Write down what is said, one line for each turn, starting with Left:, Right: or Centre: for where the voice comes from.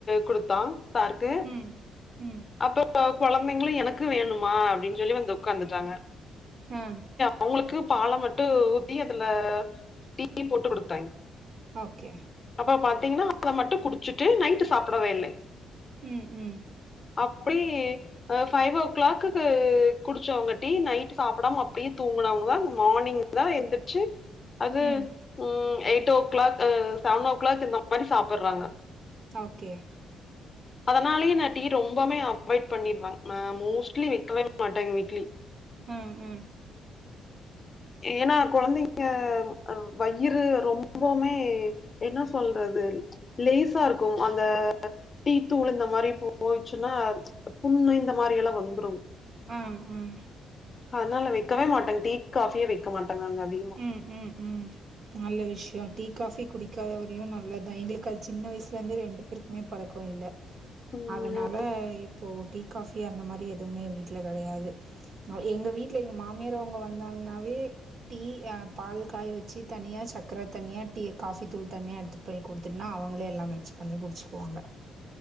Left: குடுத்தான் சாருக்கு
Right: ம் ம்
Left: அப்போ கொ கொழந்தைங்களு எனக்கு வேணுமா அப்டின்னு சொல்லி வந்து உக்காந்துட்றாங்க
Right: ஹோ
Left: அவங்களுக்கு பால மட்டு ஊத்தி அதுல டீ போட்டு குடுத்தாங்
Right: ஓகே
Left: அப்போ பாத்தீங்கன்னா அத மட்டு குடிச்சிட்டு நைட்டு சாப்புடவே இல்ல
Right: ம் ம்
Left: அப்டி அ ஃபைவ் ஓ கிளாக்குக்கு குடிச்சவங்க டீ நைட் சாப்புடாம அப்டியே தூங்குனவங்கதா மார்னிங் தா எந்திரிச்சு அது
Right: ம்
Left: ம் எயிட் ஓ கிளாக் அ செவன் ஓ கிளாக் இந்த மாரி சாப்புடுறாங்க
Right: ஓகே
Left: அதனாலயே ந டீ ரொம்பமே அவாய்ட் பண்ணிருவாங் மே மோஸ்ட்லி வைக்கவே மாட்டாங் வீட்ல டீ
Right: ம் ம்
Left: ஏனா கொழந்தைங்க அ வய்யிறு ரொம்பவுமே என்ன சொல்றது லேசா இருக்கு அந்த டீத்தூள் இந்த மாரி போ போயிச்சுன்னா புண்ணு இந்த மாரி எல்லா வந்துரு
Right: ம் ம்
Left: அதனால வைக்கவே மாட்டேங் டீ காஃபியே வைக்க மாட்டங் நாங்க அதிகமா
Right: ம் ம் ம் நல்ல விஷயோ டீ காஃபி குடிக்காத வரையு நல்லதா எங்களுக்கு அது சின்ன வயசுலேந்த ரெண்டு பேருக்குமே பழக்கோ இல்ல
Left: ம்
Right: அதனால இப்போ டீ காஃபி அந்த மாரி எதுவுமே வீட்ல கெடையாது நொ எங்க வீட்ல எங்க மாமியார் அவ்ங்க வந்தாங்ன்னாவே டீ அ பால் காய் வச்சு தனியா சக்கர தனியா டீ காஃபி தூள் தனியா எடுத்துட் போய் குடுத்துட்னா அவங்களே எல்லாம் மிக்ஸ் பண்ணி குடிச்சுக்குவாங்க